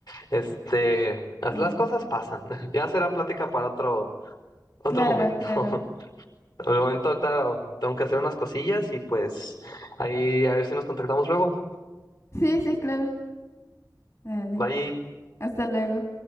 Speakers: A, on the left (about 65°); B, on the left (about 45°).
A: este, las,
B: Ah,
A: las cosas pasan. <laughs> Ya será plática para otro, otro
B: claro,
A: momento.
B: claro.
A: <laughs> Por el momento ahorita tengo que hacer unas cosillas y pues ahí a ver si nos contactamos luego.
B: Sí, sí, claro. Dale.
A: Bye.
B: Hasta luego.